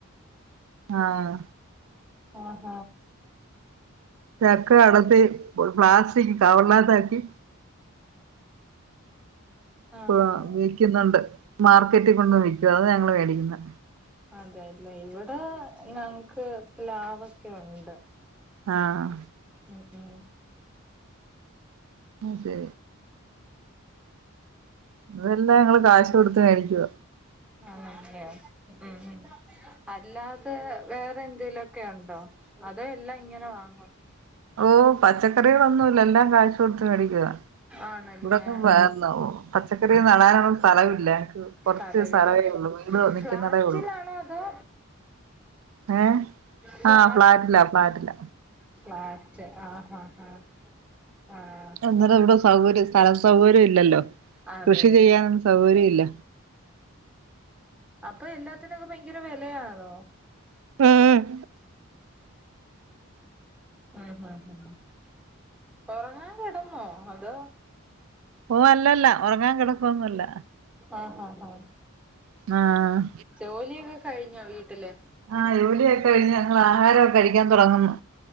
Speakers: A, on the right; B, in the centre.
A: ആഹ്
B: ആഹ
A: ചക്ക കടത്തി പ്ലാസ്റ്റിക് കവർനാത്താക്കി
B: ആഹാ
A: ആഹ് വിക്കുന്നുണ്ട്, മാർക്കറ്റിൽ കൊണ്ട് വിൽക്കും അത ഞങ്ങൾ മേടിക്കുന്നെ
B: അതെയല്ലേ ഇവിടെ ഞങ്ങക്ക് പ്ലാവൊക്കെ ഉണ്ട്
A: ആഹ്,
B: ഉം ഉം
A: അതെ ഇതെല്ലാം ഞങ്ങള് കാശ് കൊടുത്ത് മേടിക്കുവ
B: ആണ് ലെ ഉം ഉം അല്ലാതെ വേറെ എന്തേലൊക്കെ ഉണ്ടോ അത് എല്ലാം ഇങ്ങനെ വാങ്ങോ?
A: ഓഹ് പച്ചക്കറികളൊന്നുംല്ല എല്ലാം കാശ് കൊടുത്ത് മേടിക്കുവ
B: ആണല്ലേ
A: ഇവിടൊക്കെ വേർനോ പച്ചക്കറി നടാനുള്ള സ്ഥലവില്ല കൊറച്ച്
B: സ്ഥലവില്ല
A: സ്ഥലമേ ഉള്ളു വീട് നിക്കുന്നതേ
B: ഫ്ലാറ്റിലാണോ
A: ഉള്ളു,
B: അതോ
A: ഏഹ്
B: ഫ്ലാ
A: ആഹ് ഫ്ളാറ്റിലാ ഫ്ളാറ്റില
B: ഫ്ലാറ്റ് ആഹ് ആഹ് ആഹ് ആഹ്
A: അന്നേരം ഇവിടെ സൗകര്യം സ്ഥലം സൗകര്യം ഇല്ലല്ലോ
B: അതെ
A: കൃഷി ചെയ്യാനൊന്നും സൗകര്യ ഇല്ല
B: പ്പൊ എല്ലാത്തിനൊക്കെ ഭയങ്കര വിലയാണോ?
A: ഉം
B: ഉം ഹ് ഹ് ഒർങ്ങൻ കിടന്നോ അതോ?
A: ഒഹ് അല്ലല്ല ഉറങ്ങാൻ കിടക്കൊന്നല്ല
B: ആഹ് ആഹ് ആഹ്
A: ആഹ് ആഹ്
B: ജോലിയൊക്കെ കഴിഞ്ഞോ വീട്ടിലെ
A: ആഹ് ജോലിയൊക്കെ കഴിഞ്ഞ് ഞങ്ങൾ ആഹാരം ഒക്കെ കഴിക്കാൻ തുടങ്ങുന്ന്